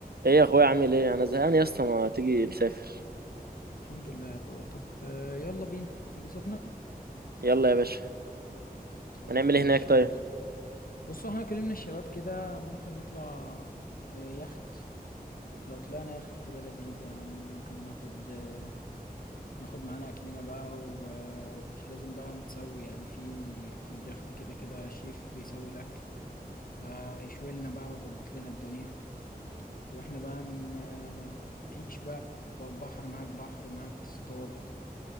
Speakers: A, on the right (about 75°); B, on the left (about 65°).
A: ايه يا اخويا عامل ايه انا زهقان يا اسطى ما تيجي نسافر
B: الحمد لله يا اخويا طب آه، يلا بينا تيجي سخنة
A: يلا يا باشا
B: طيب
A: هنعمل
B: ماشي
A: ايه هناك طيب
B: بص بص احنا كلمنا الشباب كده ممكن نطلع آه، يخت لو طلعنا يخت تبقى لذيذة يعني ممكن ناخد آه، ناخد معانا اكلنا بقى ومش لازم بقى متسوي يعني في في اليخت كده كده شيف بيسوي الاكل فيشوي لنا بقى ويظبط لنا الدنيا واحنا بقى ن- آه، نعيش بقى فوق بحر معاك بحر معاك تصطاد